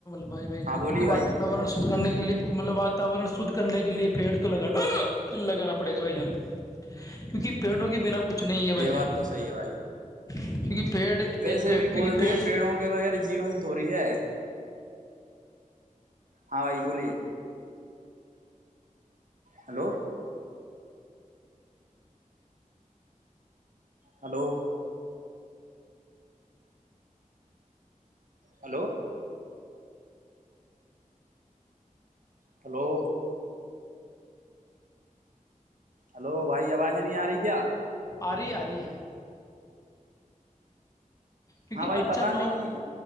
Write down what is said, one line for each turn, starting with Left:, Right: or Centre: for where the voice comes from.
Left: بھائی بھائی جانتے
Right: ہاں بولیے
Left: کہ واتاورن
Right: بھائی
Left: شدھنے کے لیے مطلب بات واتاورن سھ کرنے کے لئے پیڑ تو لگانا لگانا پڑے گا بھائی جان کیونکہ پیڑوں کے بنا کچھ نہیں ہے بھائی
Right: یہ
Left: جان
Right: بات تو صحیح ہے بھائی
Left: کیونکہ پیڑ ایک
Right: ویسے
Left: کیونکہ
Right: بھی بولتے
Left: پیڑ
Right: ہیں پیڑوں کے وغیر جیون تھوڑی ہے ہاں بھائی بولیے hello hello hello hello hello بھائی آواز نہیں آ رہی کیا
Left: اری آی کیونکہ
Right: ہاں بھائی
Left: اچھا
Right: پتا
Left: ماحول
Right: نہیں